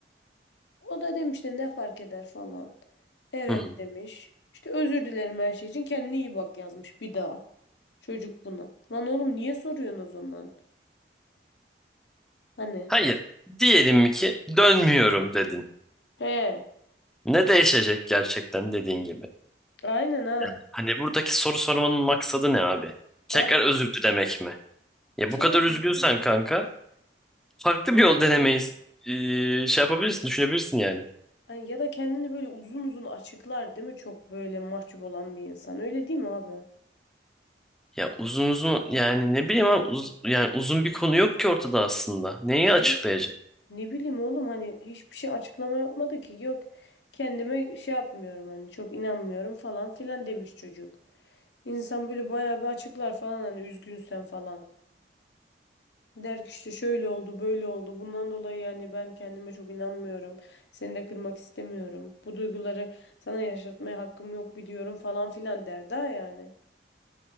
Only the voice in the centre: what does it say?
hı hı.
Hayır. Diyelim ki dönmüyorum dedin.
Ne değişecek gerçekten dediğin gibi?
Yani hani buradaki soru sormanın maksadı ne abi? Tekrar
özür dilemek mi? Ya
bu kadar
üzgünsen
kanka farklı bir yol denemeyiz. Ee, şey yapabilirsin, düşünebilirsin yani.
Ya uzun uzun yani ne bileyim ama uz- yani uzun bir konu yok ki ortada aslında. Neyi
açıklayacak?